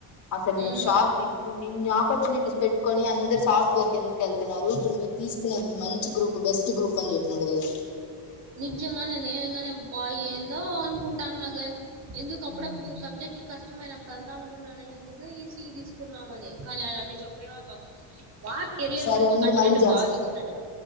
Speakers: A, on the left; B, on the right.
A: అసలు నేను
B: ఉమ్.
A: షాక్ నిన్ ఆపర్చునిటీస్ పెట్టుకొని అందరు సాఫ్ట్వేర్ ఎందుకు వెళ్తున్నారు. ఇప్పుడు మీరు తీసుకునే మంచి గ్రూప్ బెస్ట్ గ్రూప్ అని చెప్పిన్నాడు కదా.
B: నిజంగానే నేనుగాని అబ్బా ఏందో అనుకుంటా నా గ ఎందుకు
A: కదా
B: అప్పుడప్పుడు సబ్జెక్ట్లు కాస్త కష్టమైనప్పుడు అంతా అనుకుంటానా. ఎందుకు ఈ సీ తీసుకున్నామని. కానీ ఆయన అన్ని చెప్పాను నా క మా కెరియర్
A: సరే
B: గురించి
A: ఉండు
B: కంటెంట్
A: మళ్ళీ చేస్తా
B: బాగా ఇచ్చినడు